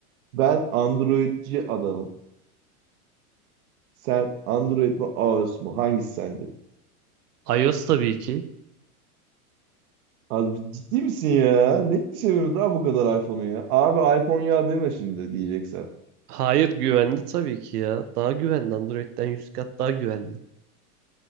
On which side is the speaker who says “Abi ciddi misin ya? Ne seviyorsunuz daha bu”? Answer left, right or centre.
Right